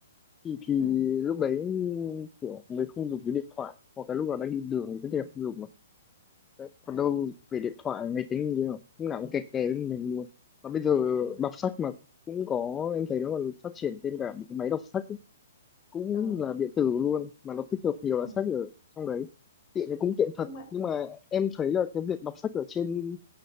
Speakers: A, on the left; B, on the left.
A: thì thì
B: ừ
A: lúc đấy kiểu mới không dùng cái điện thoại hoặc cái lúc nào đang đi đường thì tất nhiên là không dùng mà đấy. còn
B: đấy
A: đâu về điện thoại máy tính như thế nào lúc nào cũng kè kè với mình luôn mà bây giờ
B: ừ
A: đọc sách mà cũng có em thấy nó còn phát triển thêm cả một cái máy đọc sách ấy. cũng
B: ừ,
A: là điện tử luôn mà nó tích hợp nhiều
B: ừ.
A: loại sách ở trong đấy tiện thì cũng tiện thật
B: nhưng mà
A: nhưng mà em thấy là cái việc đọc sách ở trên